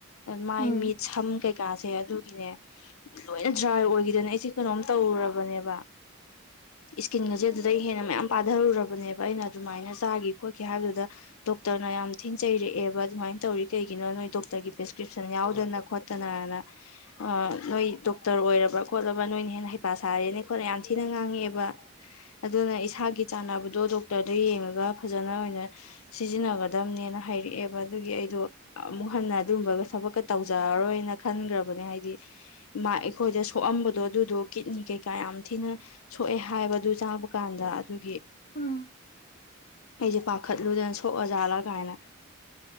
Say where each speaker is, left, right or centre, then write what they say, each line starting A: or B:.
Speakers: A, on the left; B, on the left.
A: ꯃꯥꯏ
B: ꯎꯝ
A: ꯃꯤꯠꯁꯝ ꯀꯩꯀꯥꯁꯦ ꯑꯗꯨꯒꯤꯅꯦ ꯂꯣꯏꯅ ꯗ꯭ꯔꯥꯏ ꯑꯣꯏꯒꯤꯗꯅ ꯑꯩꯁꯦ ꯀꯩꯅꯣꯝ ꯇꯧꯔꯨꯔꯕꯅꯦꯕ ꯏꯁꯀꯤꯟꯒꯁꯦ ꯑꯗꯨꯗꯩ ꯍꯦꯟꯅ ꯃꯌꯥꯝ ꯄꯥꯗꯔꯨꯔꯕꯅꯦꯕ ꯑꯩꯅ ꯑꯗꯨꯃꯥꯏꯅ ꯆꯥꯒꯤ ꯈꯣꯠꯀꯤ ꯍꯥꯏꯕꯗꯨꯗ ꯗꯣꯛꯇꯔꯅ ꯌꯥꯝ ꯊꯤꯟꯆꯩꯔꯛꯑꯦꯕ ꯑꯗꯨꯃꯥꯏꯅ ꯇꯧꯔꯤ ꯀꯩꯒꯤꯅꯣ ꯅꯣꯏ ꯗꯣꯛꯇꯔꯒꯤ ꯄ꯭ꯔꯦꯁꯀ꯭ꯔꯤꯞꯁꯟ ꯌꯥꯎꯗꯅ ꯈꯣ ꯇꯅꯥꯅ ꯑꯥ ꯅꯣꯏ ꯗꯣꯛꯇꯔ ꯑꯣꯏꯔꯕ ꯈꯣꯠꯂꯕꯥ ꯅꯣꯏꯅ ꯍꯦꯟꯅ ꯍꯩꯄ ꯁꯥꯔꯦꯅ ꯈꯣꯠꯂꯦ ꯌꯥꯝ ꯊꯤꯅ ꯉꯥꯡꯉꯛꯑꯦꯕ
B: <inaudible>
A: ꯑꯗꯨꯅ ꯏꯁꯥꯒꯤ ꯆꯥꯟꯅꯕꯗꯣ ꯗꯣꯛꯇꯔꯗ ꯌꯦꯡꯉꯒ ꯐꯖꯅ ꯑꯣꯏꯅ ꯁꯤꯖꯤꯟꯅꯒꯗꯝꯅꯦꯅ ꯍꯥꯏꯔꯛꯑꯦꯕ ꯑꯗꯨꯒꯤ ꯑꯩꯗꯣ ꯑꯃꯨꯛ ꯍꯟꯅ ꯑꯗꯨꯝꯕ ꯊꯕꯛꯀ ꯇꯧꯖꯔꯔꯣꯏꯅ ꯈꯟꯒꯔꯕꯅꯦ ꯍꯥꯏꯗꯤ ꯃꯥ ꯑꯩꯈꯣꯏꯗ ꯁꯣꯛꯑꯝꯕꯗꯣ ꯑꯗꯨꯗꯣ ꯀꯤꯠꯅꯤ ꯀꯩꯀꯥ ꯌꯥꯝ ꯊꯤꯅ ꯁꯣꯛꯑꯦ ꯍꯥꯏꯕꯗꯨ ꯆꯥꯕ ꯀꯥꯟꯗ ꯑꯗꯨꯒꯤ
B: ꯎꯝ
A: ꯑꯩꯖꯦ ꯄꯥꯈꯠꯂꯨꯗꯅ ꯁꯣꯛꯑꯖꯥꯠꯂ ꯀꯥꯏꯅ